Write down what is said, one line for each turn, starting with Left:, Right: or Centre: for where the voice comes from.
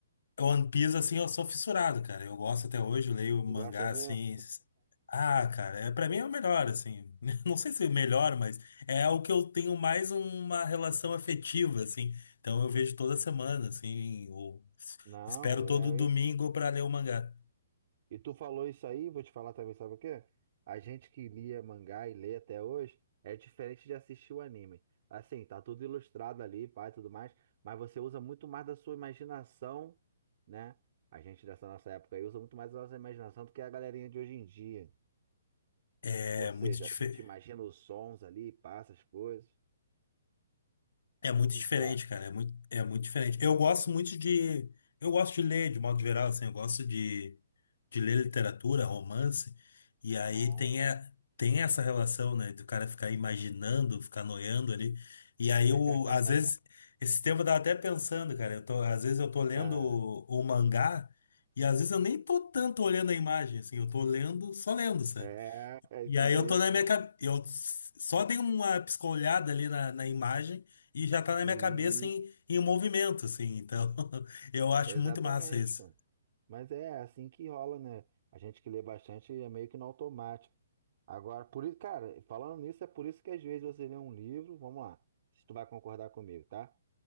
Left: One Piece, assim, eu sou fissurado, cara. Eu gosto até hoje, leio mangá,
Right: Tu gosta mesmo?
Left: assim. s- Ah, cara, é, pra mim é o melhor, assim. <laughs> Não sei se é o melhor, mas é o que eu tenho mais uma relação afetiva, assim. Então eu vejo toda semana, assim, ou s-
Right: Não,
Left: espero
Right: é.
Left: todo domingo pra ler o mangá.
Right: E tu falou isso aí, vou te falar também, sabe o quê? A gente que lia mangá e lê até hoje é diferente de assistir o anime. Assim, tá tudo ilustrado ali, pai, tudo mais, mas você usa muito mais da sua imaginação, né? A gente dessa nossa época aí usa muito mais da nossa imaginação do que a galerinha de hoje em dia.
Left: É
Right: Ou seja,
Left: muito diferente.
Right: a gente imagina os sons ali, passa as coisas. O
Left: É muito
Right: que
Left: diferente,
Right: que tu acha?
Left: cara. É muito, é muito diferente. Eu gosto muito de. Eu gosto de ler, de modo geral, assim. Eu gosto de, de ler literatura, romance. E aí
Right: Bom.
Left: tem, a, tem essa relação, né? Do cara ficar imaginando, ficar noiando ali. E aí,
Right: <laughs>
Left: eu, às vezes, esse tempo eu tava até pensando, cara. Eu tô, às vezes eu tô lendo
Right: Ah,
Left: o, o mangá. E às vezes eu nem tô tanto olhando a imagem, assim. Eu tô lendo, só lendo, sabe?
Right: É, é
Left: E
Right: isso
Left: aí
Right: mesmo.
Left: eu tô na minha cabeça. Eu só dei uma piscolhada ali na, na imagem e já tá na
Right: Isso.
Left: minha cabeça em, em movimento, assim. Então, <laughs> eu acho
Right: Exatamente,
Left: muito massa isso.
Right: pô. Mas é assim que rola, né? A gente que lê bastante é meio que no automático. Agora, por isso, cara, falando nisso, é por isso que às vezes você lê um livro, vamos lá, se tu vai concordar comigo, tá?